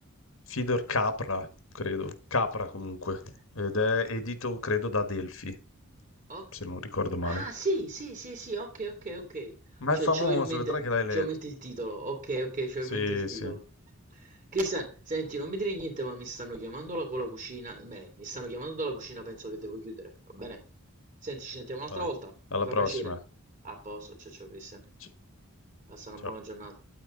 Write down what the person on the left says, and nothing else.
Fidor Capra, credo, Capra comunque,
ed è edito, credo, da Delphi,
se non ricordo male.
Ma
è famoso,
vedrai che l'hai letto.
Sì,
sì,
vai.
Alla
prossima.
Ci-
Ciao.